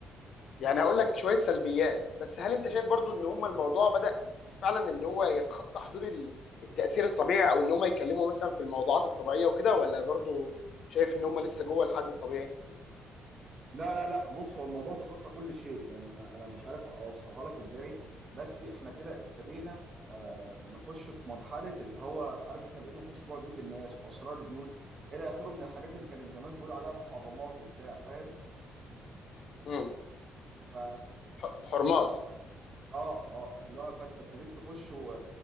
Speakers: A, on the left; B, on the right.
A: يعني هقول لك شوية سلبيات بس هل انت شايف برضو ان هم الموضوع بدأ فعلا ان هو يتخطى حدود ال- التأثير الطبيعي او ان هم يتكلموا مثلا في الموضوعات الطبيعية وكده ولا برضو شايف ان هم لسه جوه الحد الطبيعي
B: لا لا لا بص هو الموضوع تخطى كل شيء يعني انا انا مش عارف اوصلها لك ازاي بس احنا كده ابتدينا آه نخش في مرحله اللي هو عارف احنا بقينا نخش جوه بيوت الناس واسرار البيوت الى اخره من الحاجات اللي كانت زمان بيقولوا عليها محرمات وبتاع فاهم
A: امم
B: ف
A: الحرمات
B: اه اه اللي هو فانت ابتديت تخش و-